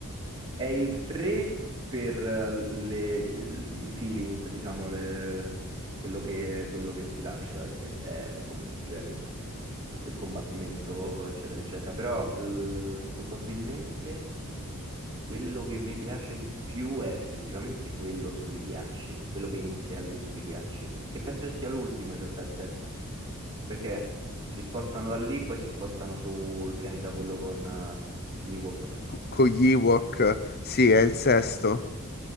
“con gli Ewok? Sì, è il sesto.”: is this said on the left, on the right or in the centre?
Left